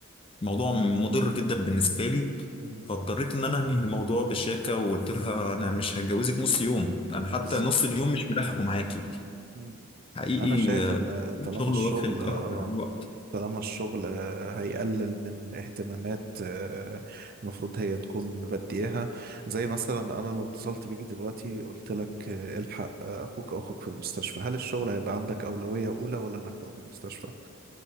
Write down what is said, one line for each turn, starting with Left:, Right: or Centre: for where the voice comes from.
Left: موضوع مضر جدا بالنسبه لي
Right: مم.
Left: فاضطريت ان انا انهي الموضوع بشياكه وقلت لها انا مش هتجوزك نص يوم انا حتى
Right: بالظبط
Left: نص اليوم مش ملاحقه معاكي
Right: مم.
Left: حقيقي
Right: انا شايف
Left: آه،
Right: ان
Left: الشغل
Right: طالما الشغل
Left: واخد
Right: اه
Left: اكتر من الوقت
Right: طالما الشغل آه، هيقلل من اهتمامات آه، المفروض هي تكون مبدياها زي مثلا انا لو اتصلت بيك دلوقتي قلت لك آه، الحق آه، اخوك او اخوك في المستشفى هل الشغل هيبقى عندك اولوية اولى ولا انك تروح المستشفى